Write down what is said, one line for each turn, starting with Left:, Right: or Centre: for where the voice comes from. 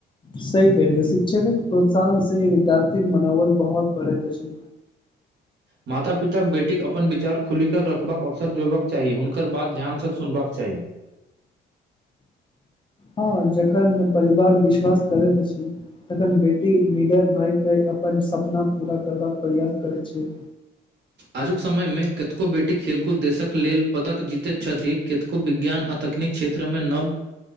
Left: सही क लियौ शिक्षक प्रोत्साहन से विद्यार्थीके मनोबल बहुत बढ़ए अछि
Right: माता पिताक बेटीके अपन विचार खुलि कऽ रखबाक अवसर देबाक चाही हुनकर बात ध्यानसँ सुनबाक चाही
Left: हँ जखन परिवार विश्वास करैत अछि तखन बेटी निडर भय के अपन सपना पूरा करबाक प्रयास करै छै
Right: आजुक समय मे कतेको बेटी खेलकूद देशक लेल पदक जीतैत छथि केतेको विज्ञान आ तकनीक क्षेत्र मे नव